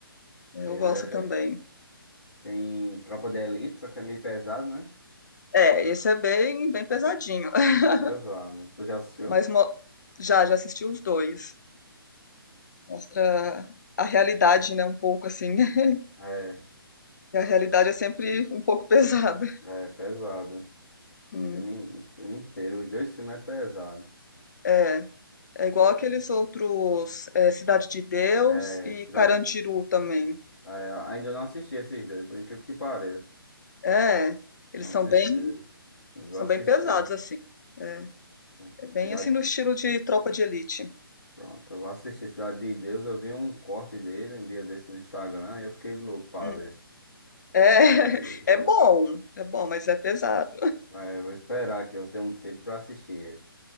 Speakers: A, on the left; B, on the left.
A: eu
B: ele
A: gosto
B: é,
A: também.
B: tem Tropa de Elite, só que é meio pesado, né?
A: É, esse é bem, bem pesadinho.
B: Ainda
A: <laughs>
B: é pesado. Tu já assistiu?
A: Mas mo- já, já assisti os dois. Mostra a realidade, né, um pouco assim. <laughs>
B: É,
A: E a realidade é sempre um pouco <laughs> pesada.
B: é, é pesado. O
A: Hum,
B: filme, o filme inteiro, os dois filmes é pesado.
A: É, é igual aqueles outros, é, Cidade de Deus
B: É,
A: e
B: Cidade.
A: Carandiru também.
B: é, ainda não assisti esses dois, por incrível que pareça.
A: É, eles
B: Não
A: são
B: assisti.
A: bem,
B: Mas vou
A: são
B: assistir.
A: bem pesados assim. É,
B: É,
A: é bem
B: Cidade.
A: assim no estilo de Tropa de Elite.
B: Pronto, eu vou assistir Cidade de Deus. Eu vi um corte dele um dia desse no Instagram e eu fiquei louco pra
A: Hum,
B: ver.
A: É, <laughs>
B: Aí vou,
A: é bom,
B: es-
A: é bom, mas é pesado.
B: é, vou esperar que eu tenha um tempo pra assistir ele.